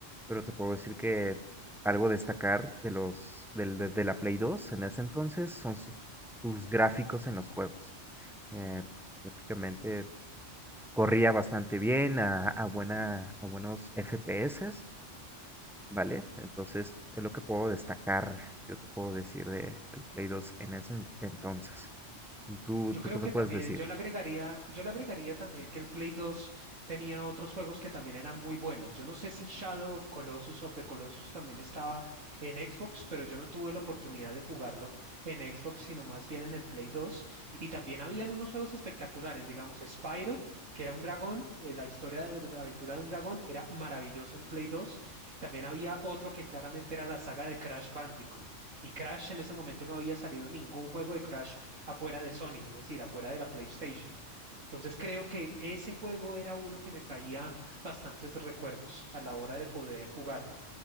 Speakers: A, in the centre; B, on the right.
A: Pero te puedo decir que algo destacar de los, del- de, de la Play 2 en ese entonces son sus, sus gráficos en los juegos. Eh, prácticamente corría bastante bien a, a buena, a buenos FPS, ¿vale? Entonces es lo que puedo destacar, yo te puedo decir de, del Play 2 en ese en- entonces. ¿Y tú,
B: Yo
A: tú
B: creo
A: qué me
B: que
A: puedes
B: también,
A: decir?
B: yo le agregaría, yo le agregaría también que el Play 2 tenía otros juegos que también eran muy buenos. Yo no sé si Shadow of Colossus of the Colossus también estaba en Xbox, pero yo no tuve la oportunidad de jugarlo en Xbox, sino más bien en el Play 2. Y también habían unos juegos espectaculares, digamos Spyro, que era un dragón, eh, la historia de de la aventura de un dragón era maravilloso en Play 2. También había otro que claramente era la saga de Crash Bandicoot. Y Crash en ese momento no había salido ningún juego de Crash afuera de Sony, es decir, afuera de la PlayStation. Entonces creo que ese juego era uno que me traía bastantes recuerdos a la hora de poder jugarlo.